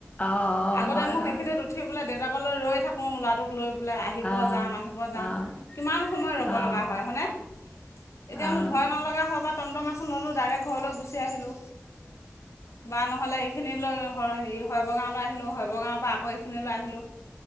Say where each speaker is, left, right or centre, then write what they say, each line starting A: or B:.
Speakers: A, on the left; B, on the left.
A: অ অ
B: আগতে
A: হয়
B: মোক
A: হয়
B: সেইখিনিত উঠ উঠি পেলাই দেউতাকলৈ ৰৈ থাকোঁ ল'ৰাটোক লৈ পেলাই আহিব
A: আহ
B: যাম আহিব যাম।
A: আহ
B: কিমান সময় ৰ'ব
A: আহ
B: লগা হয় হয়নে? এতিয়া
A: আহ
B: মোৰ ভয় নলগা হল পা টমটম ললো ডাইৰেক্ট ঘৰলৈ গুছি আহিলো বা নহলে খিনিলৈ হৰি শবগাঁৱলৈ আহিলোঁ, শব গাঁৱৰ পৰা আকৌ সেনেকে লৈ আহিলো।